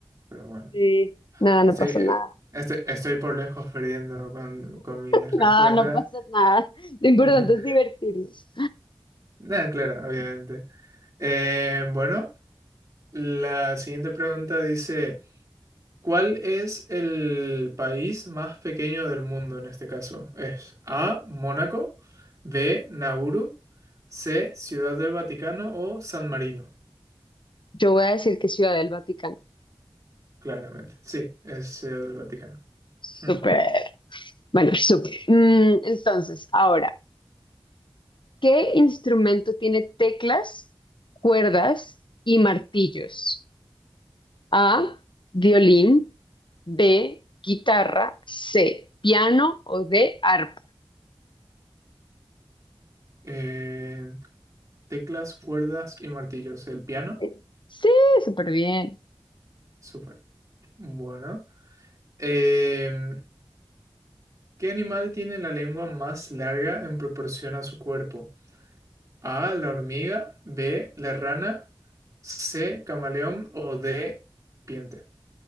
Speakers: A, on the right; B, on the left.
A: Pero bueno.
B: Sí, nada, no
A: Estoy,
B: pasa
A: eh,
B: nada.
A: estoy, estoy por lejos perdiendo con, con mis
B: No,
A: respuestas.
B: no pasa nada. Lo importante
A: <laughs>
B: es divertirnos.
A: Nada, claro, obviamente. Eh, bueno. La siguiente pregunta dice, ¿cuál es el país más pequeño del mundo en este caso? ¿Es A, Mónaco, B, Nauru, C, Ciudad del Vaticano o San Marino?
B: Yo voy a decir que Ciudad del Vaticano.
A: Claramente, sí, es Ciudad del Vaticano.
B: Súper.
A: <laughs>
B: Bueno, súper. Mm, entonces, ahora. ¿Qué instrumento tiene teclas, cuerdas y martillos? A, violín, B, guitarra, C, piano o D, arpa.
A: Eh, teclas, cuerdas y martillos. ¿El piano?
B: Eh, Sí, súper bien.
A: Súper. Bueno. Em, ¿qué animal tiene la lengua más larga en proporción a su cuerpo? A, la hormiga, B, la rana, C, camaleón o D, serpiente.